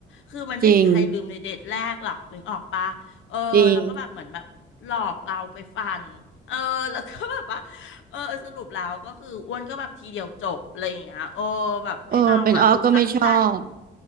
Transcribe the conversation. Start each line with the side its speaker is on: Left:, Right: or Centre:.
Left: คือมันไม่มีใครลืมในเดทแรกหรอกนึกออกปะเออแล้วก็แบบเหมือนแบบหลอกเราไปฟัน
Right: จริงจริง
Left: เออแล้วก็แบบว่าเออสรุปแล้วก็คืออ้วนก็แบบทีเดียวจบอะไรอย่างเงี้ยโอ้แบบไม่เอาอ่ะดูตั้งใจ
Right: เออเป็นอ้อก็ไม่ชอบ